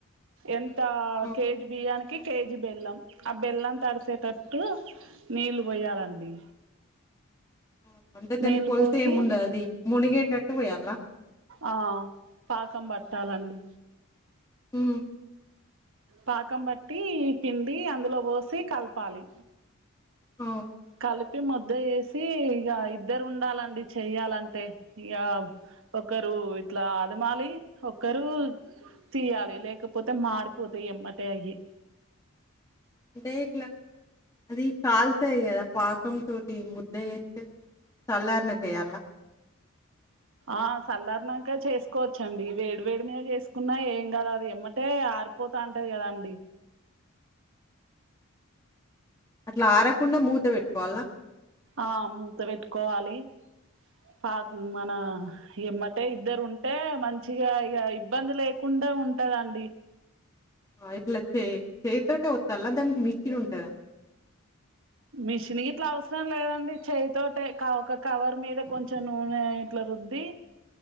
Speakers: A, on the right (about 65°); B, on the left (about 15°).
A: ఎంతా
B: ఆ!
A: కేజీ బియ్యానికి కి కేజీ బెల్లం ఆ బెల్లం తడిసేటట్టు నీళ్ళు పోయాలండి
B: అ-అంటే దానికొల్తే
A: నీళ్ళు పోసి
B: ఏముండది మునిగేటట్టు పోయాలా
A: ఆ పాకం బట్టాలండి
B: ఆహ్
A: పాకం బట్టి పిండి అందులో పోసి కల్పాలి
B: ఆ!
A: కల్ ప్పి ముద్ద జేసి ఇక ఇద్దరు ఉండాలండి చెయ్యాలంటే ఇక ఒకరు ఇట్లా అదమాలి ఒకరు తీయాలి లేకపోతే మాడి పోతే ఎమ్మటే అయ్యి
B: అంటే ఇట్లా అది కాల్తయ్ కదా పాకం తో ముద్ద చేస్తే సల్లారినాక చెయ్యల్న
A: ఆ సల్లారనాక చేస్కోవచ్చండి వేడివేడి మీద చేస్కున్నా ఏం కదా అది ఎమ్మటే ఆరు పోతాంటది కద అండి
B: అట్లా ఆరకుండా మూత పెట్టుకోవాల్నా
A: ఆ మూత పెట్టుకోవాలి పాపు మన ఎమ్మటే ఇద్దరుంటే మంచిగా ఇగ ఇబ్బంది లేకుండా ఉంటదండి
B: ఆ ఇట్లా చే చేయ్తోటే ఓత్తలా దానికి మిషినుంటదా
A: మిషన్ గిట్లా అవసరం లేదండి చేయ్తోటే క ఒక కవర్ మీద కొంచెం నూనె ఇట్లా రుద్ది